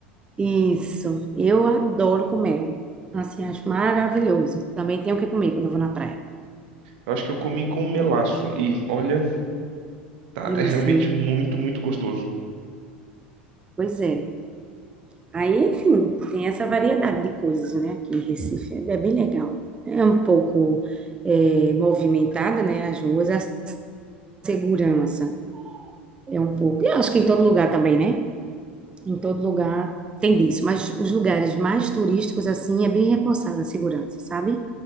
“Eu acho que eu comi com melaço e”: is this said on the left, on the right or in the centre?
Right